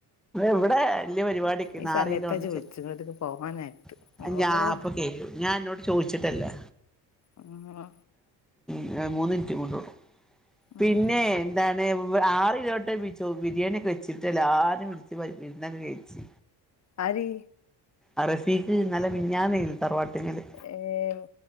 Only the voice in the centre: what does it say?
ഇവിടെ വലിയ പരിപാടിക്ക്
നാല്
കിലോ ഒന്നിച്ച്
കണ്ടിച്ചോ
<unintelligible>
ഞാൻപ്പൊ
കേു ഞാൻ എന്നോട് ചോദിച്ചിട്ടല്ലേ
ഞ മൂന്നിറ്റമണ്ടളൂ പിന്നെ
എന്താണ് ആറിലോട്ട് പി ചോ ബിരിയാണി ഒക്കെ വെച്ചിട്ട്ല്ല ആരും <unintelligible> പിന്നെ അങ്ങ് കഴിച്ച്
അറസി ട്ട് നല്ല മിനിയാന്നെ തറവാട്ടിങ്ങല്